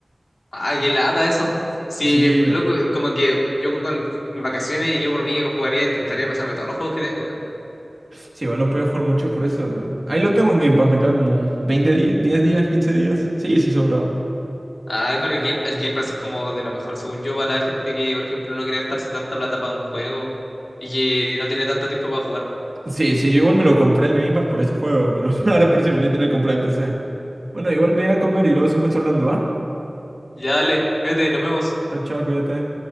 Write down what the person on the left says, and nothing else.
Ah, qué lata eso. Sí,
loco, como que yo con vacaciones, yo por mí me jugaría, intentaría pasarme todos los juegos que tengo, weón.
Ah, con el Game, el Game Pass es como de lo mejor, según yo, para la gente que, por ejemplo, no quiere gastarse tanta plata para un juego y que no tiene tanto tiempo para jugar.
Ya, dale, fíjate, nos vemos.